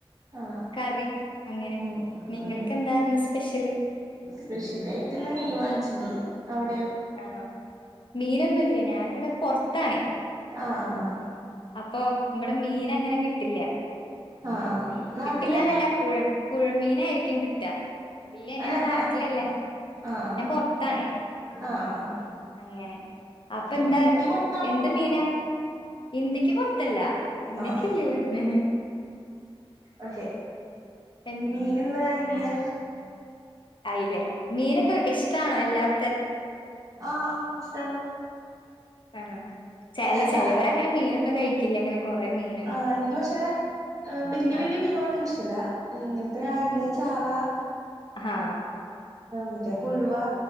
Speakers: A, on the right; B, on the left.
A: ആഹ്
B: കറി അങ്ങനെ
A: ഉം
B: നിങ്ങൾക്ക്
A: ഉം
B: എന്താ ഇന്ന് സ്പെഷ്യല്?
A: സ്പെഷ്യലായിട്ട് ഇന്ന് മീൻ വാങ്ങിച്ചിണ്ട് അവിടെയോ?
B: ആഹ് ആണോ മീനൊന്നുല്ല ഞാനിവിടെ പൊർത്താണേ-
A: ആഹ് ആഹ് ആഹ്
B: അപ്പൊ ഇവടെ മീനങ്ങനെ കിട്ടില്ല-
A: ആഹ് ആഹ് നാട്ടിലല്ല
B: കിട്ടില്ലാന്നല്ല പുഴ പുഴ മീനായിരി ക്കും കിട്ട ഇല്ല
A: അല്ല
B: ഞാൻ
A: എന്നാ
B: നാട്ടിലല്ലേ
A: ആഹ്
B: ഞാൻ പൊർത്താണേ-
A: ആഹ് ആഹ്
B: അങ്ങനെ അപ്പ എന്താ
A: ഇന്ത്യക്ക് പുറത്താണോ
B: എന്ത്
A: അതോ
B: മീനാ ഇന്ത്യക്ക് പൊർത്തല്ല- ഇന്ത്യക്കുള്ളിലെന്നെ-
A: ആഹ് ഓക്കെ
B: എൻ
A: മീന് ഇന്ന് അയ്ല്യ-
B: അയ്ലയാ മീനൊക്കെ
A: ഉം
B: ഇഷ്ടാണോ എല്ലാം?
A: ആഹ് ഇഷ്ടാണ്-
B: ആണോ ചെല്ല
A: അല്ല
B: ചെലോര് അങ്ങനെ മീനൊന്നും കഴിക്കില്ല ഇങ്ങനെ കൊറേ മീൻ
A: ആഹ് എനിക്ക് പക്ഷെ വല്യ
B: ആ
A: വല്യ മീൻകളൊന്നും ഇൻക്ക് ഇഷ്ടല്ല ഇങ്ങനത്തെ അയ്ല ചാള
B: ആഹ്
A: മറ്റേ കുഴുവാ